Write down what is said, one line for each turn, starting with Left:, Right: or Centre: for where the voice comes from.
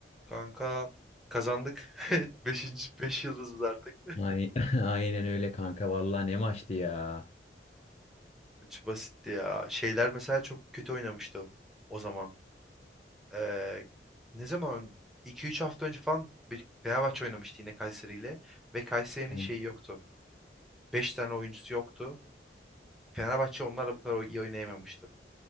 Centre: Kanka kazandık. <laughs> Beşinci, beş yıldızız artık.
Left: Ay- <laughs> Aynen öyle kanka. Vallahi ne maçtı ya.
Centre: Üç basitti ya. Şeyler mesela çok kötü oynamıştı o, o zaman. Ee, ne zaman? iki üç hafta önce falan bir- Fenerbahçe oynamıştı yine Kayseri ile. Ve Kayseri'nin
Left: Aynen
Centre: şeyi yoktu. 5 tane oyuncusu yoktu. Fenerbahçe onlarla bu kadar iyi oynayamamıştı.